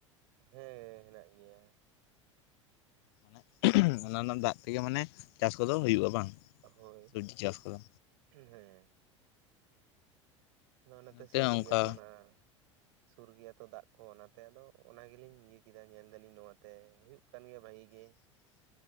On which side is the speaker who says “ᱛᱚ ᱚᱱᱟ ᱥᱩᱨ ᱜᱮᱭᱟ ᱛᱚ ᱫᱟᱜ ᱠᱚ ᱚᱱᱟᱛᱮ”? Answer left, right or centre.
Right